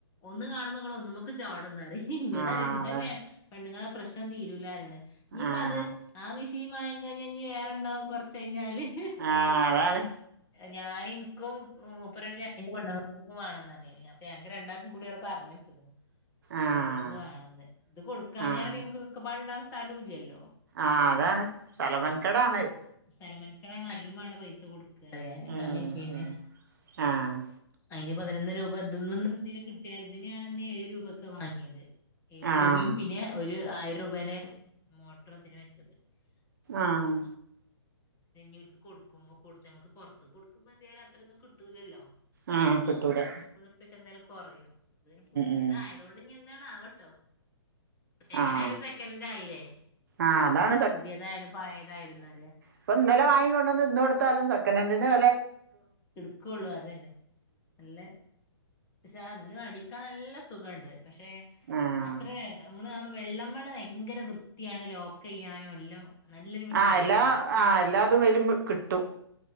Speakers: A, on the left; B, on the right.
A: ഒന്ന് കാണുമ്പോങ്ങൾ ഒന്നുമൊക്കെ ചാടുന്നറിയ ഇന്നോട്
B: ആഹ്
A: അറിയണ്ട് ഇതന്നെ.
B: അതാണ്
A: പെണ്ണുങ്ങളെ പ്രശ്നം തീരൂലാരാണ് നീയിപ്പ
B: ആഹ്
A: അത്- ആ മിഷീ മങ്ങം കഴിഞ്ഞഞ്ഞ്- വേറെണ്ടാവും കുറച്ച് കഴിഞ്ഞാല്-
B: ആഹ അതാണ്.
A: ഞാന ഇനിക്കുംപ്പടന്റെ പെണ്ണക്കും വേണംന്ന് പറഞ്ഞന് അപ്പോ ഞങ്ങക്ക് രണ്ടാം- കടിയോടെ പറഞ്ഞ വെച്ച
B: ആഹ്
A: ഓരോ- ന്ന് വേണെന്ന് ഇ കൊടുക്കാഞ്ഞാല-
B: ആഹ്
A: നമുക്ക് കക്ക പാട് ഇടാൻ സ്ഥലമ- ഇല്ലല്ലോ.
B: ആ അതാണ്സലാമൻകേടാണ് അത്.
A: സ്ഥലമനക്കടാണ് അനും അവിടെ- പൈസ കൊടുക്കുക അറിയാൻ,
B: ഉം
A: ആ മെഷീന്ന്.
B: ഉം ആഹ്
A: അതിന് പതിനൊ രൂപ- <unintelligible> ചെറുതിനു ഞൻന്ന് ഏഴ് രൂപ ഒക്കെ വാങ്ങിയത്. ഏഴ്
B: ആഹ്
A: രൂപയും പിന്നെ ഒരു ആയിരം രൂപേന- മോട്ടർത്തിന് വെച്ചത്
B: ആഹ്
A: അപ്പോ - ഇവക്ക് കൊടുക്കുമ്പോ, കൊടു- നമുക്ക് പുറത്ത് കൊടുക്കുമ്പോ- എന്താല അത്രൊന്നും കിട്ടൂല്ലല്ലോ?
B: ഉം കട്ടൂലാ.
A: ക്കെ എന്തായാലും കുറയും, അത് പുതിയതായതോണ്ട്
B: ഉം
A: ഇ- എന്തണവട്ടോ. എങ്ങനൊയാലും
B: ആഹ്
A: സെക്കൻറ് ആയില്ലേ.
B: ആഹ് അതാണ്
A: പുതിയതായാലും, പഴയതായിഎന്ന അറിയ.
B: ഇപ്പ ഇന്നലെ വാങ്ങികൊണ്ട്വന്ന് ഇന്ന് കൊടുത്താലും സെക്കൻഡ ഹൻഡന്-
A: എടുക്കുള്ളു അതു തന്നെ നല്ല. പക്ഷെ അതുമടിക്കാൻ നല്ല സുഖുണ്ട്, പക്ഷെ
B: ആഹ്
A: അത്ര നമ്മള് വെള്ളമ്മ- ഭയങ്കര വൃത്തിയാണ് ലോക്ക്- ചെയ്യാനും എല്ലാം. നല്ലൊരു മെഷീനാണുള്ളത്
B: ആ എല്ലാ ആഹ് എല്ലാതും കയ്യിലും, കിട്ടും